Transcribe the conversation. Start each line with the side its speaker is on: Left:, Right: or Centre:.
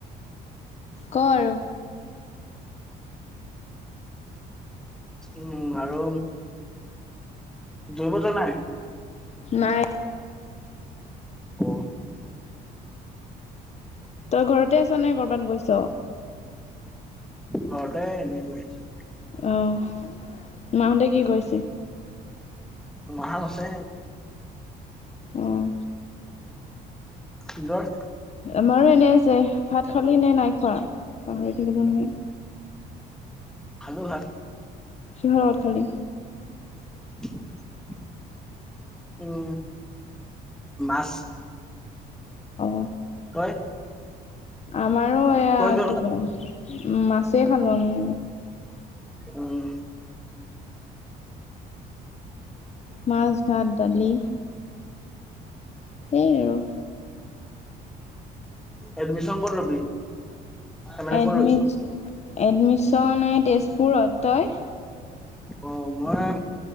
Left: কৰ
Centre: উম আৰু? ঢোল বজা নাই?
Left: নাই
Centre: অ
Left: তই ঘৰতে আছ নে ক'ৰবাত গৈছ?
Centre: ঘৰতে এনেই বহি আছোঁ।
Left: অ' মাহঁতে কি কৰিছে?
Centre: মাহঁত আছে
Left: অঁ
Centre: সুন্দৰ
Left: আমাৰো এনেই আছে। ভাত খালি নে নাই খোৱা পাহৰি থাকিলো নহয়।
Centre: খালো ভাত।
Left: কিহৰ লগত খালি?
Centre: <inaudible> উম মাছ,
Left: অ
Centre: তই?
Left: আমাৰো এয়া
Centre: তই কিয় নাখালি
Left: কিবা উম মাছেই খালো আমি।
Centre: উম
Left: মাছ ভাত দালি এই আৰু
Centre: এডমিশ্যন ক'ত ল'বি? মানে
Left: এডমি
Centre: ক'ত লৈছ?
Left: এডমিশ্যন এই তেজপুৰত, তই?
Centre: অ' মই